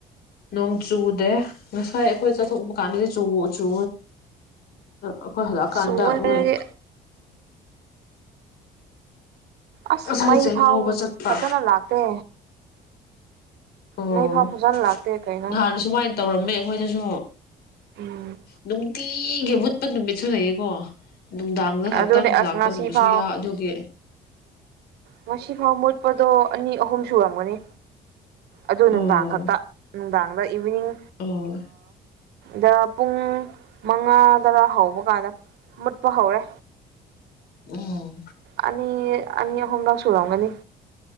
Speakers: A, on the left (about 70°); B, on the right (about 75°).
A: ꯅꯣꯡ ꯆꯨꯗꯦ ꯉꯁꯥꯏ ꯑꯩꯈꯣꯏ ꯆꯠꯊꯣꯛ ꯀꯥꯟꯅꯗꯤ ꯆ ꯆ ꯑꯩꯈꯣꯏ ꯍꯜꯂ ꯀꯥꯟꯗꯣꯏ
B: ꯆꯨꯋꯦ ꯍꯥꯏꯗꯤ ꯑꯁ
A: ꯉꯁꯥꯏ
B: ꯃꯩ
A: ꯆꯦꯡ
B: ꯐꯥꯎ
A: ꯂꯧꯕ ꯆꯠꯄ
B: ꯐꯖꯅ ꯂꯥꯛꯇꯦ
A: ꯑꯣ
B: ꯅ ꯐꯥꯄꯖꯅ ꯂꯥꯛꯇ ꯀꯩꯅꯩꯅꯣ
A: ꯅꯍꯥꯟ ꯑꯁꯨꯃꯥꯏꯅ ꯇꯧꯔꯝꯃꯦ ꯑꯩꯈꯣꯏꯗꯁꯨ
B: ꯎꯝ
A: ꯅꯨꯡꯗꯤ ꯏꯒꯦ ꯎꯠꯄꯠ ꯅꯨꯃꯤꯠꯁꯨ ꯂꯩꯌꯦꯀꯣ ꯅꯨꯡꯗꯥꯡꯗ ꯈꯛꯇꯪ
B: ꯑꯗꯨꯅꯦ ꯑꯁ
A: ꯂꯥꯛꯄ
B: ꯉꯁꯤ
A: ꯅꯨꯃꯤꯠꯁꯨ
B: ꯐꯥꯎ
A: ꯌꯥ ꯑꯗꯨꯒꯤ
B: ꯉꯁꯤꯐꯥꯎ ꯃꯨꯠꯄꯗꯣ ꯑꯅꯤ ꯑꯍꯨꯝ ꯁꯨꯔꯝꯒꯅꯤ ꯑꯗꯨ
A: ꯑꯣ
B: ꯅꯨꯡꯗꯥꯡ ꯈꯛꯇ ꯅꯨꯡꯗꯥꯡ ꯏꯚꯅꯤꯡ
A: ꯑꯣ
B: ꯗ ꯄꯨꯡ ꯃꯉꯥ ꯇꯔꯥ ꯍꯧꯕ ꯀꯥꯟꯗ ꯃꯨꯠꯄ ꯍꯧꯔꯦ
A: ꯑꯣ
B: ꯑ ꯑ ꯍꯣꯝꯗꯥ ꯁꯣꯔꯥꯎꯒꯅꯤ